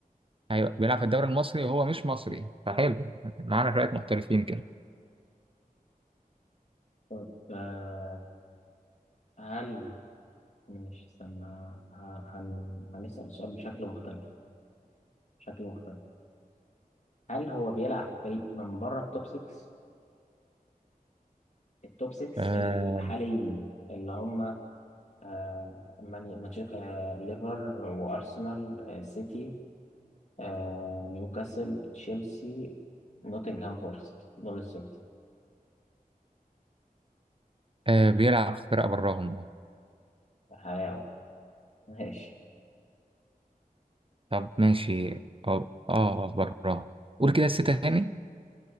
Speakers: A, on the right (about 35°); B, on the left (about 50°).
A: ايوه بيلعب في الدوري المصري وهو مش مصري فحلو معانا شويه محترفين كده
B: طب آه، هل ماشي استنى ه- هن... هنسأل السؤال بشكل مختلف بشكل مختلف هل هو بيلعب في فريق من بره التوب 6 التوب 6
A: آه
B: الحاليين اللي هم آه مان- مانشستر آه ليفر وأرسنال آه سيتي آه نيوكاسل تشيلسي نوتنغهام فورست دول الستة
A: آه بيلعب في فرقه براهم اه
B: حلاوة <laughs> ماشي
A: طب ماشي اه اه براهم قول كده الستة تاني